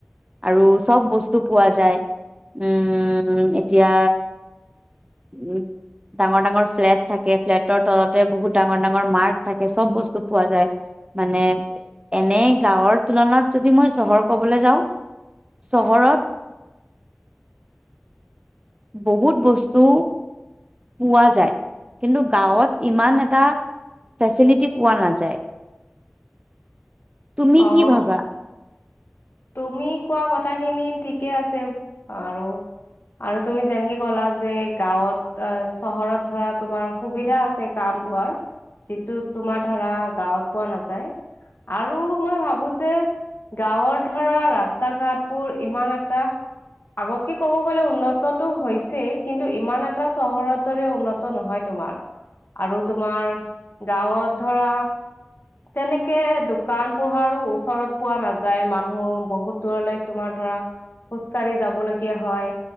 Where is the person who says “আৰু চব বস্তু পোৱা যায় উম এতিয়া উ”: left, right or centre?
Right